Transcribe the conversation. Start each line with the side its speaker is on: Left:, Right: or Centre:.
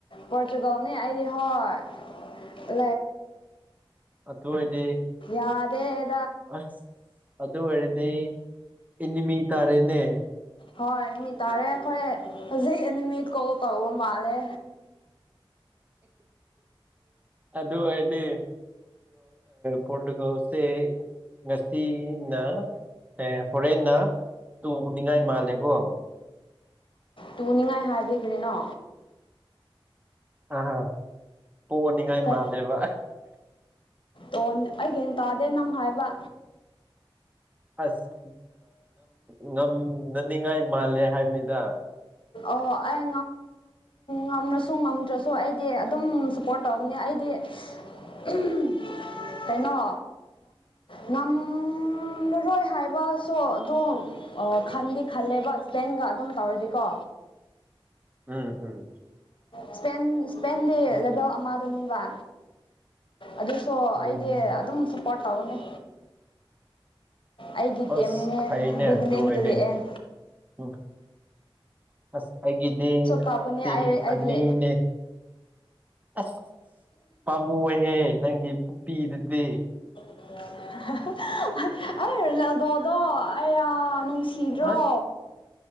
Left: ꯄꯔꯇꯨꯒꯜꯅꯤ ꯑꯩꯗꯤ ꯍꯣꯏ
Right: ꯑꯗꯨ ꯑꯣꯏꯗꯤ
Left: ꯑꯗꯦ
Right: ꯑꯁ ꯑꯗꯨꯑꯣꯏꯔꯗꯤ ꯏꯅꯤꯃꯤ ꯇꯥꯔꯦꯅꯦ
Left: ꯍꯣꯏ ꯅꯨꯃꯤꯠ ꯇꯥꯔꯦ ꯑꯩꯈꯣꯏ ꯍꯧꯖꯤꯛ ꯑꯦꯅꯤꯃꯤ ꯀꯣꯜ ꯇꯧꯕ ꯃꯥꯜꯂꯦ
Right: ꯑꯗꯨ ꯑꯣꯏꯗꯤ ꯄꯣꯔꯇꯨꯒꯜꯁꯦ ꯉꯁꯤꯅ ꯑꯦ ꯍꯣꯔꯦꯟꯅ ꯇꯨꯅꯤꯡꯉꯥꯏ ꯃꯥꯜꯂꯦꯀꯣ
Left: ꯇꯨꯅꯤꯡꯉꯥꯏ ꯍꯥꯏꯕꯤꯗꯤ ꯀꯔꯤꯅꯣ
Right: ꯑꯥ ꯄꯣꯅꯤꯡꯉꯥꯏ
Left: ꯀꯩ
Right: ꯃꯥꯜꯂꯦꯕ
Left: ꯇꯣꯟ ꯑꯩ ꯒꯤꯌꯥꯟ ꯇꯥꯗꯦ ꯅꯪ ꯍꯥꯏꯕ
Right: ꯑꯁ ꯉꯝꯅꯅꯤꯡꯉꯥꯏ ꯃꯥꯜꯂꯦ ꯍꯥꯏꯕꯅꯤꯗ
Left: ꯑꯣ ꯑꯩ ꯉꯝꯃꯁꯨ ꯉꯝꯗ꯭ꯔꯁꯨ ꯑꯩꯗꯤ ꯑꯗꯨꯝ ꯁꯞꯄꯣꯔꯠ ꯇꯧꯒꯅꯤ ꯑꯩꯗꯤ ꯗꯤ <unintelligible> ꯀꯩꯅꯣ ꯉꯝꯂꯔꯣꯏ ꯍꯥꯏꯕꯁꯨ ꯑꯗꯨꯝ ꯈꯟꯗꯤ ꯈꯜꯂꯦꯕ ꯏꯁꯄꯦꯟꯒ ꯑꯗꯨꯝ ꯇꯧꯔꯗꯤꯀꯣ
Right: ꯎꯝ ꯎꯝ
Left: ꯏꯁꯄꯦꯟ ꯏꯁꯄꯦꯟꯗꯤ
Right: ꯑꯁ
Left: ꯂꯩꯕꯦꯜ ꯑꯃꯗꯅꯦꯕ ꯑꯗꯨ ꯁꯣ
Right: ꯎꯝ
Left: ꯑꯩꯗꯤ ꯑꯗꯨꯝ ꯁꯞꯄꯣꯔꯠ ꯇꯧꯒꯅꯤ ꯑꯩꯒꯤ ꯇꯤꯝꯅꯦ
Right: ꯑꯁ ꯐꯩꯅꯦ
Left: ꯕꯤꯒꯤꯅꯤꯡ
Right: ꯑꯗꯨ ꯑꯣꯏꯔꯗꯤ
Left: ꯇꯨꯗꯤꯑꯦꯟ
Right: ꯎꯝ ꯑꯁ ꯑꯩꯒꯤꯗꯤ
Left: ꯀꯞꯀꯅꯤ
Right: ꯇꯤꯝ
Left: ꯑꯩ ꯑꯩꯗꯤ
Right: ꯑꯅꯤꯅꯦ ꯑꯁ ꯄꯥꯝꯕꯣ ꯑꯣꯏꯍꯦ ꯅꯪꯒꯤ ꯄꯨꯄꯤꯗꯨꯗꯤ
Left: <unintelligible> ꯒꯣꯗꯣ ꯑꯌꯥ ꯅꯨꯡꯁꯤꯗ꯭ꯔꯣ
Right: ꯑ